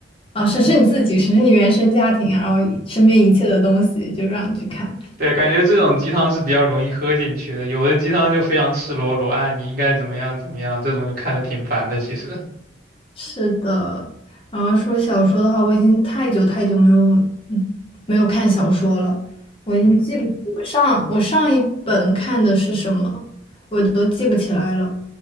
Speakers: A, on the left; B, on the right.
A: 啊、审视你自己，审视你原生家庭，然后一身边一切的东西，就让你去看。
B: 对，感觉这种鸡汤是比较容易喝进去的，有的鸡汤就非常赤裸裸，哎，你应该怎么样怎么样，这种就看的挺烦的。其实，
A: 是的，然后说小说的话，我已经太久太久没有，嗯，没有看小说了，我已经记不，我上我上一本看的是什么，我都记不起来了。